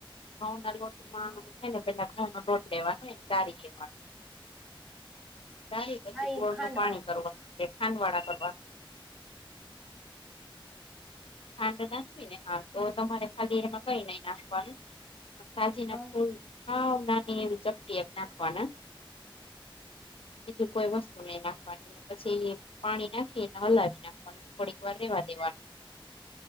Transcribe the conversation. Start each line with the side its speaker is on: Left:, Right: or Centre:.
Left: ઘઉ ના લોટ
Centre: હા
Left: છે ને પેલા ઘઉ નો લોટ લેવાનો એને ચારી લેવાનો, ચારી પછી
Centre: હા ઈ
Left: ગોળ
Centre: ખાંડ
Left: નું પાણી
Centre: વાળા
Left: કરવા કે ખાંડવાળા કરવા? ખાંડ નાખવી ને હા તો તમારે ખાલી એમાં કંઈ નહી નાખવાનું, સાજી ના
Centre: હા
Left: ફૂલ સાવ નાની એવી ચપટી એક નાખવાના, બીજું કોઈ વસ્તુ નહીં નાખવાની, પછી પાણી નાખીને હલાવી નાખવાનું થોડીક વાર રેવા દેવાનુ,